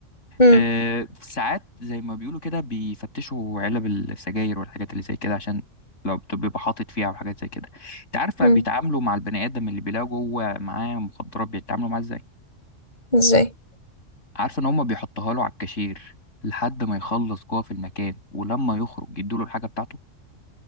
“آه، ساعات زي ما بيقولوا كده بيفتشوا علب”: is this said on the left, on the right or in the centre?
Left